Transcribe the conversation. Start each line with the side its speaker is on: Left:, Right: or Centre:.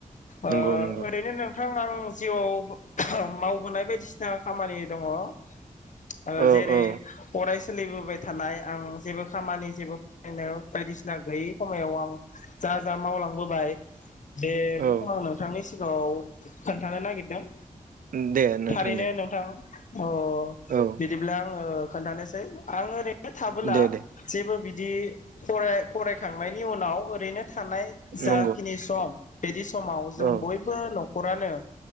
Left: ओ
Right: नंगौ नंगौ
Left: ओरैनो नों थां आं जिउआव <unintelligible> मावबोनाय बायदिसिना खामानि दङ ओ
Right: औ
Left: जेरै
Right: औ
Left: अरायस सोलिबोबाय थानाय आं जेबो खामानि जेबो फरायनो बायदिसिना गैयै समायाव आं जा जा मावलांबोबाय बेफोरखौ
Right: औ
Left: आं नोंथांनि सि <unintelligible> खोन्थानो नागिरदों
Right: उम दे नोंथां
Left: थारैनो
Right: दे
Left: नोंथां <inaudible> अ
Right: औ
Left: बिदिब्ला आङो खोन्थानोसै आं ओरै थाबोला
Right: दे दे
Left: जेबो बिद दि फराय फरायखांनायनि उनाव ओरैनो थानाय जाखिनि
Right: नंगौ
Left: सम बेदिस समाव जों
Right: औ
Left: बयबो नख हरानो